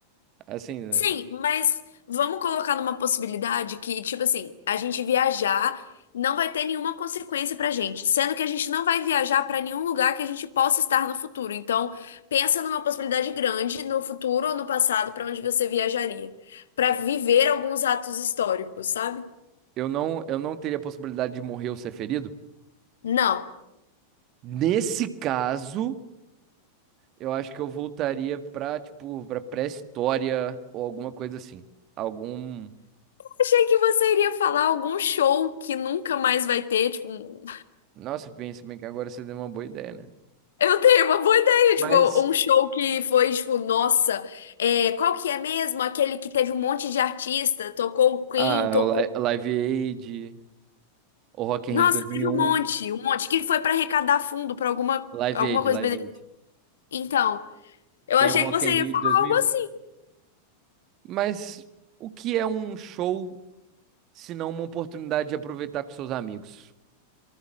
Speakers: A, on the right; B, on the left.
A: Assim, né?
B: Sim, mas vamos colocar numa possibilidade que, tipo assim, a gente viajar não vai ter nenhuma consequência pra gente, sendo que a gente não vai viajar pra nenhum lugar que a gente possa estar no futuro. Então, pensa numa possibilidade grande no futuro ou no passado pra onde você viajaria, Pra viver alguns atos históricos, sabe?
A: eu não, eu não teria a possibilidade de morrer ou ser ferido.
B: Não.
A: Nesse caso, eu acho que eu voltaria pra, tipo, pra pré-história ou alguma coisa assim. Algum.
B: Achei que você iria falar algum show que nunca mais vai ter, tipo. um
A: Nossa, pensa bem que agora você deu uma boa ideia, né?
B: Eu tenho uma boa ideia,
A: Mas.
B: tipo, um show que foi, tipo, nossa, é, qual que é mesmo? Aquele que teve um monte de artista, tocou o Queen,
A: Ah,
B: tocou.
A: o Li- Live Aid. O Rock in
B: Nossa,
A: Rio de dois mil
B: teve
A: e um,
B: um monte, um monte, que foi pra arrecadar fundo pra alguma,
A: Live
B: alguma
A: Aid,
B: coisa.
A: Live
B: bene-
A: Aid.
B: Então, eu
A: Tem
B: achei
A: o Rock
B: que você
A: in Rio
B: ia falar
A: de dois mil
B: algo
A: e
B: assim.
A: um. Mas o que é um show se não uma oportunidade de aproveitar com seus amigos?